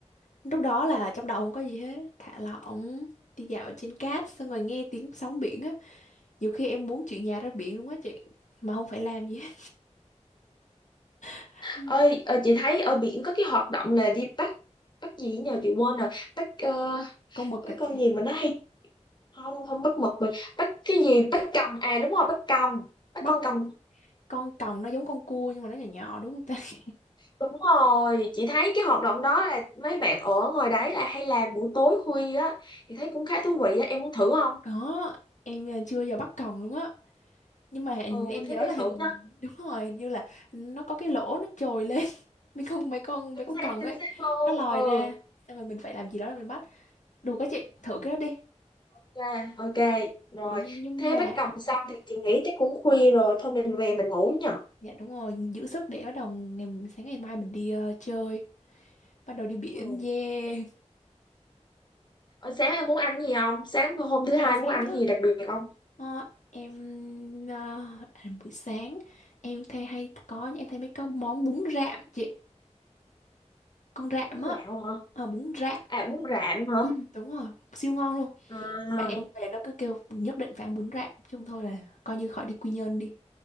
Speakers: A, on the left; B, on the left.
A: lúc đó là trong đầu không có gì hết, thả lỏng, đi dạo trên cát xong rồi nghe tiếng sóng biển á. Nhiều khi em muốn chuyển nhà ra biển luôn á chị, mà không phải làm gì hết. <laughs> Ừ,
B: ơi ờ, chị thấy ở biển có cái hoạt động là đi bắt bắt gì nhờ chị quên rồi bắt ờ,
A: Con mực
B: bắt
A: hả
B: con
A: chị?
B: gì mà nó hay không không bắt mực rồi bắt cái gì bắt còng à đúng rồi bắt còng bắt
A: Bắt
B: con còng
A: con còng nó giống con cua nhưng mà nó nhỏ nhỏ đúng không ta? <laughs>
B: đúng rồi chị thấy cái hoạt động đó là mấy bạn ở ngoài đấy là hay làm buổi tối khuya á chị thấy cũng khá thú vị á em muốn thử không
A: Có, em à, chưa bao giờ bắt còng luôn á. nhưng mà hình,
B: ừ
A: em nhớ
B: thế đi
A: là hình
B: thử
A: <laughs> đúng rồi hình như là nó có cái lỗ nó trồi lên <laughs> mấy con mấy con
B: chính
A: mấy con cần
B: xác chính
A: ấy
B: xác luôn
A: nó lòi
B: ừ
A: ra xong rồi mình phải làm gì đó để mình bắt đủ các chị thử cái đó đi
B: ok ok rồi
A: ủa nhưng nhưng
B: thế
A: mà
B: bác cầm xong thì chị nghĩ chắc cũng khuya rồi thôi mình về mình ngủ nhở
A: dạ đúng rồi giữ sức để bắt đầu ngày sáng ngày mai mình đi ờ, chơi bắt đầu đi biển
B: ừ
A: yeah
B: Ở sáng em muốn ăn gì không sáng hôm
A: <laughs>
B: thứ
A: phải
B: hai
A: ăn sáng
B: muốn ăn
A: chứ
B: gì đặc biệt không
A: Ờ, em ờ, à, buổi sáng em thấy hay có em thấy mấy con món bún rạm chị con rạm
B: bún
A: á
B: gạo hả
A: Ờ, bún rạm
B: à bún rạm hả
A: ừ, đúng rồi siêu ngon luôn
B: à
A: Bạn em về nó cứ kêu nhất định phải ăn bún rạm chung thôi là coi như khỏi đi Quy Nhơn đi.